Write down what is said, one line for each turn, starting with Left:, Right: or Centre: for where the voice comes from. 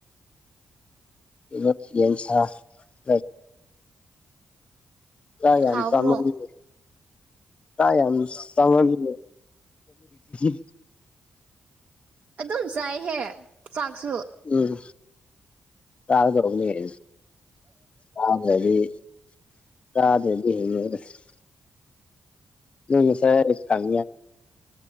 Left: ꯀꯩꯅꯣ ꯌꯦꯟꯁꯥ <unintelligible> ꯆꯥꯛ ꯌꯝ
Right: ꯍꯥꯎꯕ꯭ꯔꯣ
Left: ꯆꯃꯟꯕꯒꯤ ꯆꯥꯛ ꯌꯝ ꯆꯥꯃꯟꯕꯒꯤ <unintelligible>
Right: ꯑꯗꯨꯝ ꯆꯥꯏꯍꯦ ꯆꯥꯛꯁꯨ
Left: ꯎꯝ ꯆꯥꯒꯗꯧꯕꯅꯤ <unintelligible> ꯆꯗ꯭ꯔꯥꯗꯤ <unintelligible> ꯅꯣꯏ ꯉꯁꯥꯏ ꯍꯥꯏ ꯆꯥꯡꯗꯣ ꯌꯥꯏ